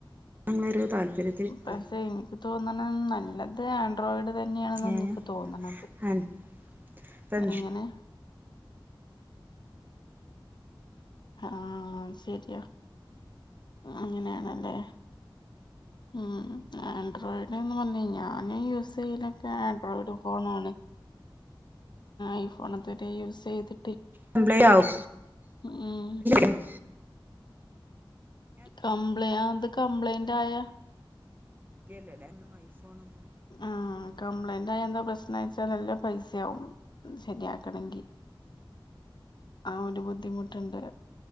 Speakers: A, on the right (about 20°); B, on the left (about 60°).
A: അങ്ങനൊരു താല്പര്യത്തിൽ ഇരിക്ക
B: പസേ എനിക്ക് തോന്നുന്നത് നല്ലത് ആൻഡ്രോയിഡ് തന്നെയാണെന്ന
A: ഏഹ്
B: എനിക്ക് തോന്നണത്
A: അൻ ഇപ്പ
B: എങ്ങനെ ആശരിയാ അങ്ങനെയാണല്ലേ
A: <inaudible>
B: ഉം ആൻഡ്രോയിഡ് എന്ന് പറഞ്ഞ ഞാന് യൂസ് ചെയലൊക്കെ ആൻഡ്രോയിഡ് ഫോണാണ് ഐഫോൺ ഇതുവരെ യൂസ് ചെയ്തി
A: <unintelligible> യാവും
B: ഉം
A: <unintelligible>
B: കംപ്ലൈ ത് കംപ്ലൈയിന്റ് ആയാ
A: ഇല്ലല്ലേ <unintelligible> ഐഫോൺ ഒന്നും
B: ആ കംപ്ലൈന്റ് ആയ എന്താ പ്രശ്നം വച്ചാൽ നല്ല പൈസവും ശരിയാ ക്കണെങ്കി ആ ഒരു ബുദ്ധിമുട്ടുണ്ട്